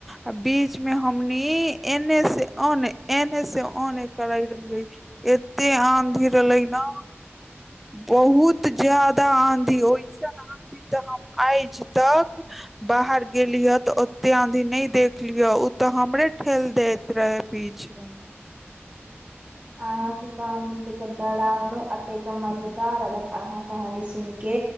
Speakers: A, in the centre; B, on the right.
A: आ बीच में हमनी एने से ऑने एने से ऑने करे रहले एते आंधी रहले न बहुत जादा आंधी ऐसन आधी ते हम आज तक बाहर गेलियै तऽ ओते आधी नहि देख लियह ओ तऽ हमरे ठेल दैत रहे पीछमे
B: अहाँके कहानी त डराउन अत मजेदार अलक अहाँ कहानी सुन के